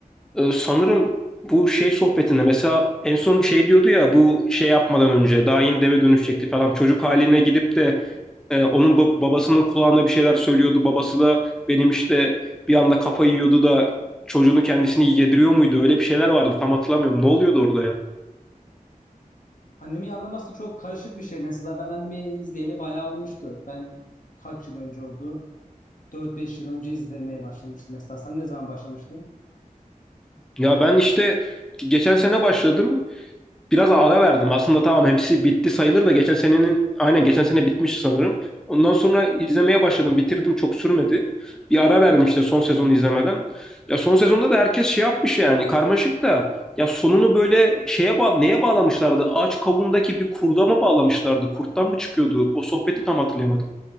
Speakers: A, in the centre; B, on the left.
A: e, sanırım bu şey sohbetinde mesela en son şey diyordu ya bu şey yapmadan önce daha yeni deve dönüşecekti falan çocuk haline gidip de Ee, onun ba- babasının kulağına bir şeyler söylüyordu. Babası da benim işte bir anda kafayı yiyordu da çocuğunu kendisini yediriyor muydu? Öyle bir şeyler vardı. Tam hatırlamıyorum. Ne oluyordu orada ya?
B: Animeyi anlaması çok karışık bir şey. Mesela ben animeyi izleyeli bayağı olmuştu. Ben kaç yıl önce oldu? Dört beş yıl önce izlemeye başlamıştım mesela. Sen ne zaman başlamıştın?
A: Ya ben işte geçen sene başladım. biraz ara verdim. Aslında tamam hepsi bitti sayılır da geçen senenin aynen geçen sene bitmiş sanırım. Ondan sonra izlemeye başladım. Bitirdim çok sürmedi. Bir ara verdim işte son sezonu izlemeden. Ya son sezonda da herkes şey yapmış yani karmaşık da ya sonunu böyle şeye bağ neye bağlamışlardı? Ağaç kabuğundaki bir kurda mı bağlamışlardı? Kurttan mı çıkıyordu? O sohbeti tam hatırlayamadım.